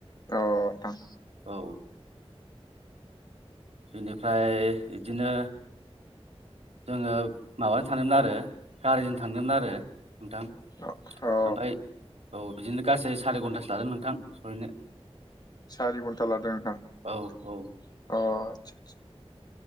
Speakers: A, on the left; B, on the right.
A: अ नोंथां।
B: औ इनिफ्राय इदिनो जोंङो माबाजों थांदोंमोन आरो गारिजों थांदोंमोन आरो नोंथां।
A: अ अ
B: ओमफ्राय औ बिदिनो गासै साराय घन्टासो लादों नोंथां सहैनो
A: सारि घन्टा लादों नोंथां अ'
B: औ औ
A: आदसा आदसा